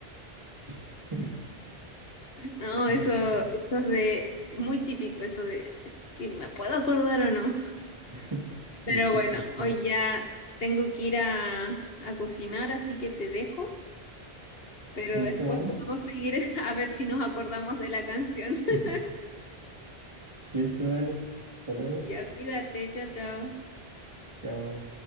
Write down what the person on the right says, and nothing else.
<laughs>
Ay,
sí.
<laughs> Y
sí,
tal cual.
¿Listo,
vale?
<laughs> ¿Listo, vale? Hasta luego.
Chao.